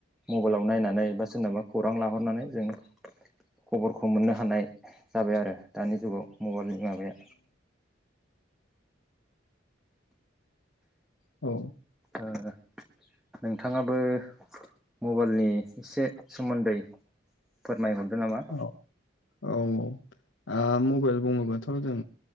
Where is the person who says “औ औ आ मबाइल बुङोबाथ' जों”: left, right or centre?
Left